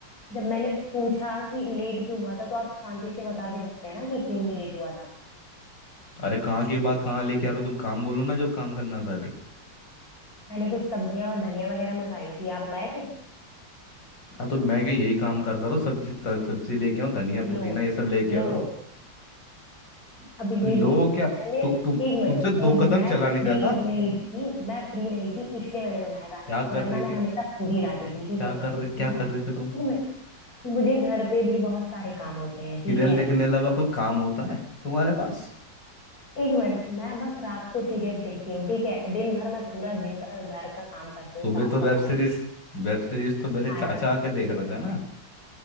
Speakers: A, on the left; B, on the left.
A: जब मैंने पूछा कि लेट क्यों हुआ था तो आप शांति से बता भी सकते हैं ना कि क्यों लेट हुआ था
B: अरे कहाँ की बात कहाँ लेके आ रहे हो तुम काम बोलो ना जो काम करना था अभी
A: मैंने कुछ सब्जियां और धनिया वगैरह मंगाई थी आप लाए थे
B: हाँ तो मैं क्या यही काम करता रहो सब्जी सब, सब्जी लेके आओ धनिया पुदीना
A: लो
B: ये सब लेके
A: लो
B: आ करो
A: अब
B: लो
A: ये भी
B: क्या
A: मैंने
B: तु, तुम
A: एक मिनट
B: तुमसे दो
A: मुझ
B: कदम
A: मैं
B: चला नहीं
A: फ्री
B: जाता
A: नहीं थी मैं फ्री नहीं थी इसलिए मैंने मंगाया था
B: क्या कर
A: वरना
B: रही
A: मैं
B: थी
A: हमेशा खुद ही लाती थी ठीक
B: क्या
A: है
B: कर रहे क्या
A: घर
B: कर
A: की
B: रहे
A: एक
B: थे तुम
A: मिनट मुझे घर पे भी बहुत सारे काम होते हैं ठीक
B: सीरियल
A: है
B: देखने के अलावा
A: तो
B: कोई काम होता है तुम्हारे पास
A: एक मिनट मैं बस रात को सीरियल देखती हूँ ठीक है दिन भर मैं पूरा दिन का घर का काम करती हूँ
B: सुबह
A: साफ
B: तो वेब
A: सफाई
B: सीरीज वेब सीरीज तो मेरे
A: खाना
B: चाचा आके देख रहे थे ना